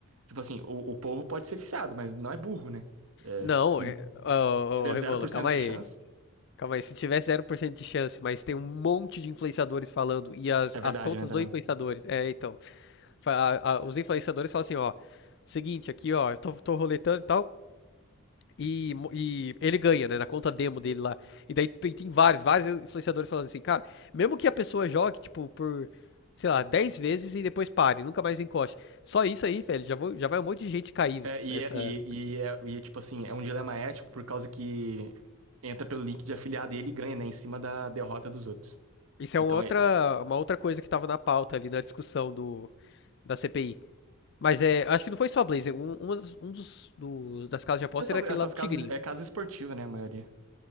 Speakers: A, on the right; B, on the left.
A: Tipo assim, o, o povo pode ser viciado, mas não é burro, né? É,
B: Não,
A: se
B: é...
A: Se
B: ô, ô,
A: tiver
B: ô, Rebolo,
A: zero por
B: calma
A: cento
B: aí.
A: de chance,
B: Calma aí. Se tiver 0% de chance, mas tem um monte de influenciadores falando e as,
A: é verdade,
B: as contas
A: né, também.
B: dos influenciadores. É, então. fa- a- a- os influenciadores falam assim, ó. Seguinte, aqui, ó, eu tô, tô roletando e tal. E, e ele ganha, né? Na conta demo dele lá. E daí tem, tem vários, vários influenciadores falando assim, cara, mesmo que a pessoa jogue, tipo, por, sei lá, 10 vezes e depois pare, nunca mais encoste. Só isso aí, velho, já, vou, já vai um monte de gente cair
A: É, e,
B: nessa.
A: é, e, e, é, e, tipo assim, é um dilema ético por causa que entra pelo link de afiliado e ele ganha, né, em cima da derrota dos outros.
B: Isso é
A: Então,
B: uma outra,
A: é,
B: uma outra coisa que tava na pauta ali na discussão do, da CPI. Mas é, acho que não foi só Blazer. Um, uma dos, um dos, dos- das casas de aposta
A: essas,
B: era aquele
A: essas
B: lá do Tigrinho.
A: casas, é casa esportiva, né, a maioria.